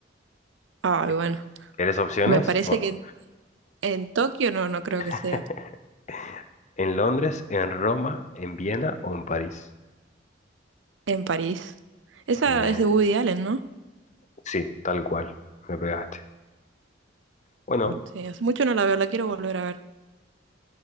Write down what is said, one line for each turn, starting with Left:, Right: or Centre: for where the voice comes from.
Right: ay,
Left: ¿Qué?
Right: bueno.
Left: ¿Querés opciones?
Right: Me parece
Left: O-
Right: que en, en Tokio no, no creo
Left: <laughs>
Right: que sea.
Left: ¿En Londres, en Roma, en Viena o en París?
Right: En París. Esa
Left: Muy bien.
Right: es de Woody Allen, ¿no?
Left: Sí, tal cual. Me pegaste. Bueno,
Right: Sí, hace mucho no la veo, la quiero volver a ver.